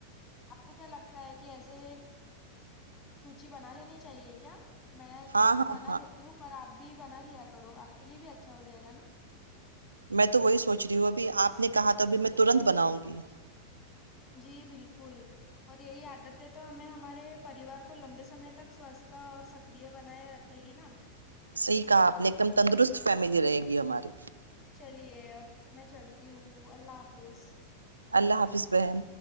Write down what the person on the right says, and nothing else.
ہاں ہاں
ہاں
میں تو وہی سوچ رہی ہوں ابھی آپ نے کہا تو ابھی میں ترنت بناؤں گی
صحیح کہا آپ نے ایک دم تندرست فیملی رہے گی ہماری
اللہ حافظ بہن